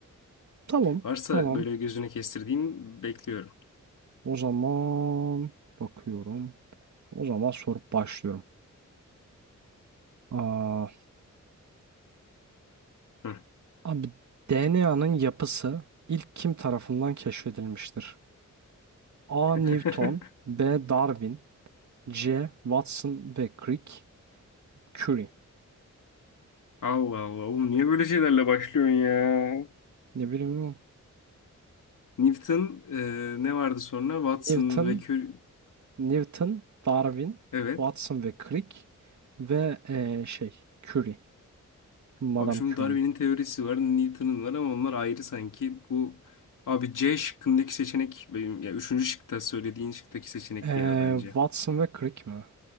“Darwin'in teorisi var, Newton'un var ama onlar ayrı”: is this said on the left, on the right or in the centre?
Left